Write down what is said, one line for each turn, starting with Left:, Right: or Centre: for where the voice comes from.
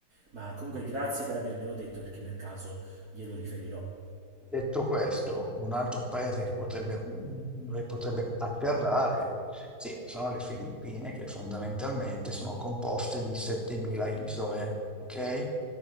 Right: Ma comunque grazie per avermelo detto, perché nel caso glielo riferirò.
Centre: Detto questo, un altro paese che potrebbe, dove potrebbe atterrare, sì, sono le Filippine, che fondamentalmente sono composte di 7.000 isole, ok?